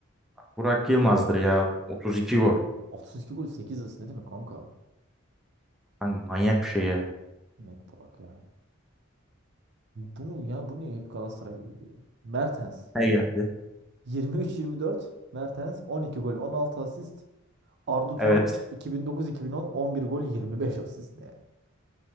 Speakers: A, in the centre; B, on the right.
A: Burak Yılmaz'dır ya. otuz iki gol.
B: otuz iki gol 8 asist ne demek kanka?
A: Lan Manyak bir şey ya.
B: Net Burak ya. Bunu yani bunu hep Galatasaray'la geliyor. Mertens
A: Ne geldi?
B: yirmi üç yirmi dört Mertens 12 gol 16 asist. Arda Turan
A: Evet.
B: iki iki bin dokuz-iki bin dokuz on on bir gol 25 asist ne? iki